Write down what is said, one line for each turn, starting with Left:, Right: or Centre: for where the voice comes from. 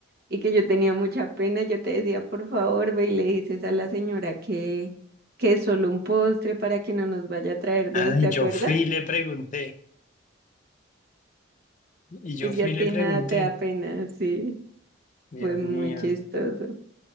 Right: y que yo tenía mucha pena. Yo te decía, por favor, ve y le dices a la señora que, que es solo un postre para que no nos vaya a traer
Left: Ay,
Right: dos, ¿te
Left: yo
Right: acuerdas?
Left: fui y le pregunté. Y yo
Right: Es
Left: fui
Right: que a
Left: y
Right: ti
Left: le pregunté,
Right: nada te da pena, sí,
Left: Dios
Right: fue muy
Left: mío,
Right: chistoso.